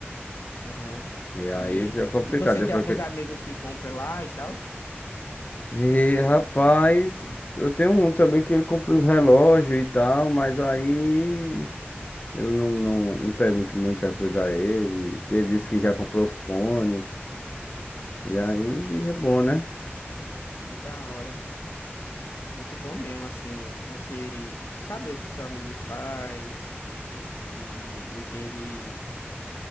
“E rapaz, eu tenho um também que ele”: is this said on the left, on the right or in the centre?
Left